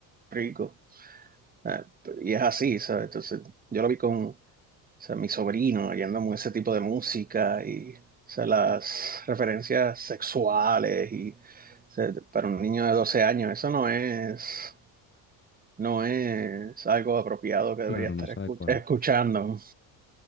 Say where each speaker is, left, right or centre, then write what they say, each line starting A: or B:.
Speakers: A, on the right; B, on the left.
A: Rico. Ah, Y es así, ¿sabes? Entonces, yo lo vi con, o sea, mi sobrino yendo a ese tipo de música y, o sea, las referencias sexuales y, o sea, para un niño de 12 años, eso no es, no es algo apropiado que
B: Claro,
A: debería estar
B: no es
A: escu-
B: adecuado
A: escuchando.